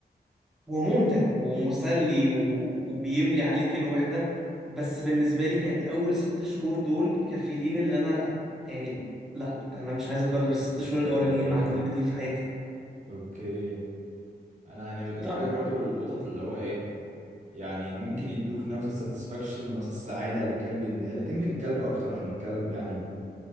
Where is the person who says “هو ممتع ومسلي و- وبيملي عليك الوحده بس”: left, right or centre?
Centre